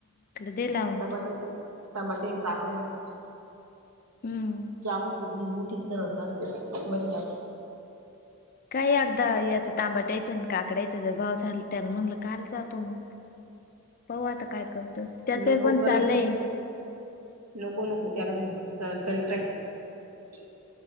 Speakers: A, on the left; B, on the right.
A: दे लावून
B: टमाटेचा टमाटें काकड्यान
A: हम्म
B: जाम होतो ही मोठी सरळ काढ गं मजीदा
A: काही अगदा याचा टामबाट्यायचं आणि काकडायाचा जर भाव झाल त्याला म्हणलं काल जातो मग पाहुं आता काय करतोय त्याचे
B: नको
A: पण
B: बरं
A: चाललय.
B: आहे तेच नको नको त्याला म्हण सा करीत राही